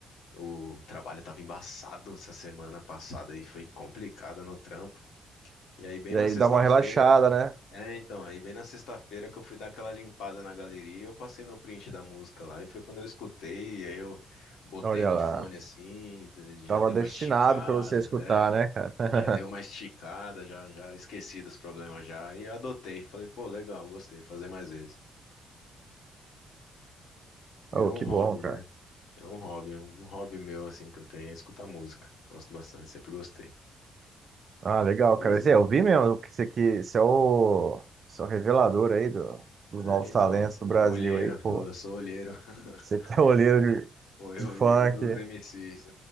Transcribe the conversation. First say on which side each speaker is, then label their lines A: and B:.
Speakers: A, on the left; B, on the right.
A: o trabalho tava embaçado essa semana passada e foi complicada no trampo. E aí, bem
B: E
A: na
B: aí
A: sexta-feira,
B: dá uma relaxada, né?
A: é, então, aí bem na sexta-feira que eu fui dar aquela limpada na galeria e eu passei no print da música lá. E foi quando eu escutei, e aí eu botei
B: Então, Olha
A: no
B: lá,
A: fone assim, e
B: tava
A: já deu
B: destinado
A: uma esticada,
B: pra você escutar,
A: é,
B: né, cara? <laughs>
A: já deu uma esticada, já, já esqueci dos problemas já. E adotei, falei, pô, legal, gostei, fazer mais vezes. Virou
B: Oh, que
A: um hobby,
B: bom, cara.
A: né? É um hobby, é um hobby meu, assim, que eu tenho é escutar música. Gosto bastante, sempre gostei.
B: Ah, legal,
A: Inclusive,
B: cara. Zé, Eu vi mesmo que isso aqui, isso é o, isso é o revelador aí do- dos
A: é,
B: novos talentos
A: então, assim,
B: do Brasil
A: então, olheiro,
B: aí, pô.
A: eu sou, eu sou olheiro, <laughs>
B: Você tá <laughs> olheiro
A: olhe-
B: de,
A: olhe- olheiro
B: de funk.
A: dos MCs.